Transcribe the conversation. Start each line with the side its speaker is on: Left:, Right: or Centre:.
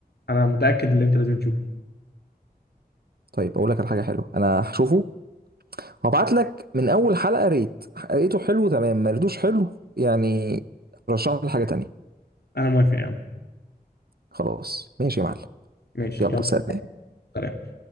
Left: انا متاكد ان انت لازم تشوفه
Right: طيب اقول لك على حاجه حلوه انا هشوفه وهبعت لك من اول حلقه ريت ريته حلو تمام ما ريتوش حلو يعني رشح لي حاجه تانية
Left: انا موافق يعني
Right: خلاص ماشي يا معلم
Left: ماشي
Right: يلا
Left: يلا
Right: سلام
Left: سلام.